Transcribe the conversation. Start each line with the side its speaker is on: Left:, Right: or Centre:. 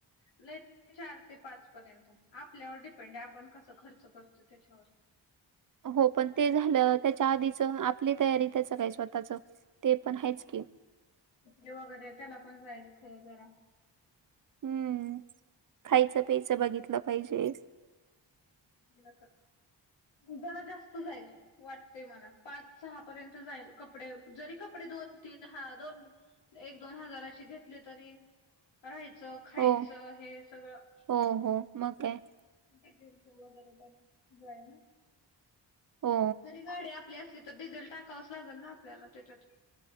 Left: लय नाही चार ते पाच पर्यंत आपल्यावर डिपेंड आहे आपण कस खर्च करतो त्याच्यावर
Right: हो पण ते झालं त्याच्या आधीच आपली तयारी त्याचं काय स्वतःच ते
Left: होना
Right: पण आहेच की
Left: ते वगैरे त्याला पण जाईल खर जरा
Right: हम्म खायचं प्यायचं बघितलं पाहिजे
Left: दिलका जरा जास्त जाईल वाटते मला पाच सहा पर्यंत जाईल कपडे जरी कपडे दोन तीन हा दोन एक दोन हजाराची घेतली तरी राहायचं खायचं
Right: हो
Left: हे सगळं
Right: हो हो मग काय
Left: किती दूरचं एवढं न पण जाईल ना
Right: हो
Left: जरी गाडी आपली असली तर डिझेल टाकावंच लागेल ना आपल्याला त्याच्यात